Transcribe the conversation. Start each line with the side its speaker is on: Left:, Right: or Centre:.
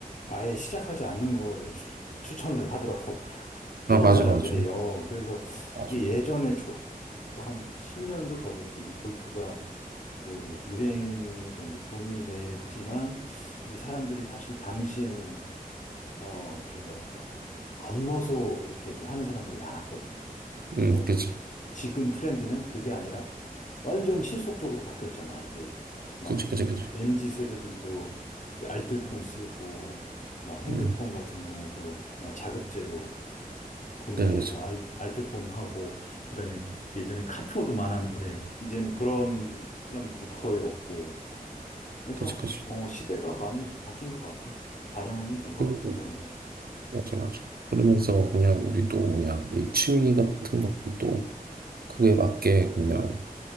Left: 아예 시작하지 않는 거를 추, 추천을 하더라고 <laughs>
Right: 아,
Left: 해본
Right: 맞아,
Left: 사람들이
Right: 맞아.
Left: 어 그래서
Right: 맞아.
Left: 이게 예전에 초한 10년도 더 됐지 이게 골프가 그 유행이 된 게 붐이 됐지만 근데 사람들이 사실 당시에는 어, 좀 뭐랄까, 겉멋으로 이렇게 좀 하는 사람들이 많았거든.
Right: 응,
Left: 그런데
Right: 그치.
Left: 지금 트렌드는 그게 아니라 완전 실속적으로 바뀌었잖아. 이제 막
Right: 그치, 그치, 그치.
Left: m g 세대들도 이제 알뜰폰 쓰고 막 핸드폰
Right: 응
Left: 같은 경우도 그냥 자급제로 구매해서
Right: 네, 그아
Left: 알, 알뜰폰 하고 그다음에 예전에 카푸어도 많았는데 이제는 그런 사람들도 거의 없고 그래서
Right: 그치, 그치.
Left: 어, 시대가 많이 바뀐 것 같아. 반영이 된 것
Right: 그리고,
Left: 같아. 그런 게.
Right: 맞아, 맞아. 그러면서
Left: 음,
Right: 그냥 우리도 그냥 이 취미 같은 것도 그거에 맞게 그냥